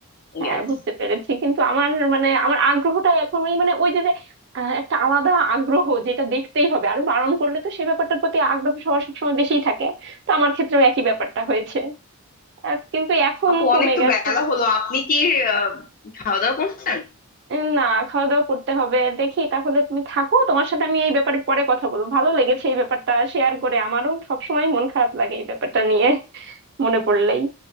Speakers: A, on the left; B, on the right.
A: এই
B: হ্যাঁ
A: আর
B: বুঝতে
A: কি
B: পেরেছি কিন্তু আমার মানে আমার আগ্রহটা এখন ওই মানে ওই যে যে আহ, একটা আলাদা আগ্রহ যেটা দেখতেই হবে আরো বারণ করলে তো সে ব্যাপারটার প্রতি আগ্রহ সবার সবসময় বেশিই থাকে তো আমার ক্ষেত্রেও একই ব্যাপারটা হয়েছে আর কিন্তু এখন
A: আপু
B: কমে
A: অনেক তো
B: গেছে
A: বেলা হলো আপনি কি আহ, খাওয়া দাওয়া করছেন
B: উম, না খাওয়া দাওয়া করতে হবে দেখি তাহলে তুমি থাকো তোমার সাথে আমি এই ব্যাপারে পরে কথা বলবো ভালো লেগেছে এই ব্যাপারটা শেয়ার করে আমারও সবসময় মন খারাপ লাগে এই ব্যাপারটা নিয়ে মনে পড়লেই